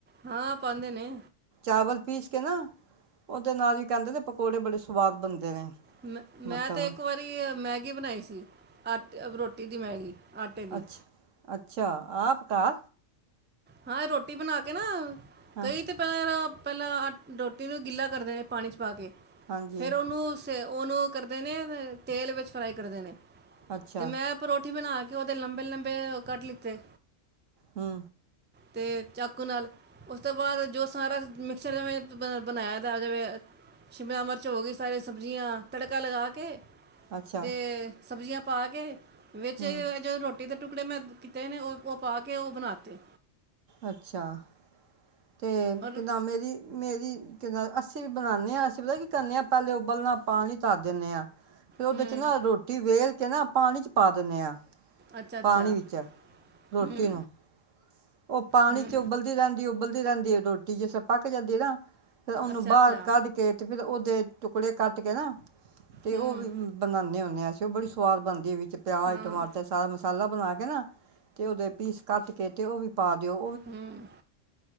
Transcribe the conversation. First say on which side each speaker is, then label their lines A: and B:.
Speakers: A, on the right; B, on the right.
A: ਹਾਂ ਪਾੰਦੇ ਨੇ।
B: ਚਾਵਲ ਪੀਸ ਕੇ ਨਾ ਉਹਦੇ ਨਾਲ ਵੀ ਕਹਿੰਦੇ ਨੇ ਪ ਪਕੋੜੇ ਬੜੇ ਸੁਵਾਦ ਬਨਦੇ ਨੇ।
A: ਮੈਂ ਮੈਂ
B: ਮਤਲਬ
A: ਤੇ ਇੱਕ ਵਾਰੀ ਮੈਗੀ ਬਣਾਈ ਸੀ। ਆਟਾ ਰੋਟੀ ਦੀ ਮੈਂਗੀ। ਆਟੇ ਦੀ।
B: ਅੱਛਾ ਅੱਛਾ ਆਪ ਘਾ
A: ਹਾਂ ਐ ਰੋਟੀ ਬਣਾ ਕੇ ਨਾ
B: ਹਾਂ
A: ਕਈ ਤੇ ਪਹਿਲਾਂ ਰੋਟੀ ਨੂੰ ਗਿੱਲਾ ਤੱਤੇ ਨੇ ਪਾਣੀ ਚ ਪਾ ਕੇ।
B: ਹਾਂਜੀ
A: ਫਿਰ ਉਹਨੂੰ ਉਹਨੂੰ ਕਰਦੇ ਨੇ ਨ ਤੇਲ ਵੇਚ ਫਰਾਈ ਕਰਦੇ ਨੇ।
B: ਅੱਛਾ
A: ਤੇ ਮੈਂ ਪਰੌਂਠੇ ਬਣਾ ਕੇ ਉਹਦੇ ਲੰਬੇ ਲੰਬੇ ਕੱਟ ਲਿੱਤੇ
B: ਹੂੰ।
A: ਤੇ ਚਾਕੂ ਨਾਲਤੋਂ ਉਸ ਤੋਂ ਬਾਅਦ ਜੋ ਸਾਰਾ ਮੇ ਚਲੋ ਮੈਂ ਬਣਾਇਆ ਤਾ ਜਿਵੇਂ ਸ਼ਿਮਲਾ ਮਿਰਚ ਹੋ ਗਈ ਸਾਰੇ ਸਬਜੀਆਂ ਤੜਕਾ ਲਗਾ ਕੇ
B: ਅੱਛਾ
A: ਤੇ ਸਬਜ਼ੀਆਂ ਪਾ ਕੇ ਵਿੱਚ
B: ਹੂੰ
A: ਆਈ ਐ ਜਦੋ ਰੋਟੀ ਤੇ ਟੁਕੜੇ ਮੈਂ ਕੀਤੇ ਨੇ ਓਹ ਓਹ ਪਾ ਕੇ ਓਹ ਬਣਾਤੇ।
B: ਅੱਛਾ ਤੇ
A: ਔਰ
B: ਕਿਦਾਂ ਮੇਰੀ ਮੇਰੀ ਕੀ ਨਾ ਅਸੀਂ ਵੀ ਬਣਾਨੇ ਆਂ ਅਸੀਂ ਪਤਾ ਕੀ ਕਰਨੇ ਆ ਪਹਿਲੇ ਉਬਲਣਾ ਪਾਣੀ ਧਰ ਦਿੰਨੇ ਆਂ। ਫੇਰ ਓਦੇ
A: ਹੂੰ
B: ਚ ਨਾ ਰੋਟੀ ਵੇਲ ਤੇ ਨਾ ਪਾਣੀ 'ਚ ਪਾ ਦਿੰਨੇ ਆਂ।
A: ਅੱਛਾ ਅੱਛਾ
B: ਪਾਣੀ ਵਿੱਚ, ਰੋਟੀ
A: ਹੂੰ
B: ਨੂੰ ਉਹ ਪਾਣੀ
A: ਹੂੰ
B: 'ਚ ਉਬਲਦੀ ਰਹਿੰਦੀ ਉਬਲ ਦੀ ਰਹਿੰਦੀ ਆ ਰੋਟੀ ਜੇ ਸਾ ਪੱਕ ਜਾਂਦੀ ਨਾ ਫੇਰ ਉਹਨੂੰ
A: ਅੱਛਾ
B: ਬਾਹਰ
A: ਅੱਛਾ
B: ਕੱਢ ਕੇ ਤੇ ਫੇਰ ਉਹਦੇ ਟੁਕੜੇ ਕੱਟ ਕੇ ਨਾ ਤੇ
A: ਹੂੰ
B: ਉਹ ਵੀ ਬਨਾਨੇ ਆ। <unintelligible> ਬੜੀ ਸਵਾਦ ਬਣਦੀ ਹੈਗੀ। ਪਿਆਜ
A: ਹਾਂ
B: ਟਮਾਟਰ ਸਾਰਾ ਮਸਾਲਾ ਬਣਾ ਕੇ ਨਾ ਤੇ, ਉਹਦੇ ਪੀਸ ਕੱਟ ਕੇ ਤੇ ਉਹ ਵੀ ਪਾ ਦਿਓ।
A: ਹੂੰ